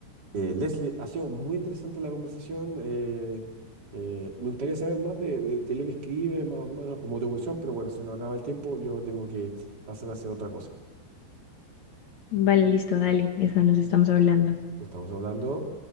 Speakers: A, on the right (about 25°); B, on the left (about 70°).
A: eh, Leslie, ha sido muy interesante la conversación, eh, eh, me gustaría saber más de, de- de lo que escribes, más o menos como tu evolución, pero bueno, se nos acaba el tiempo, yo tengo que pasar a hacer otra cosa.
B: Vale, listo, dale, ya está, nos estamos hablando.
A: Nos estamos hablando.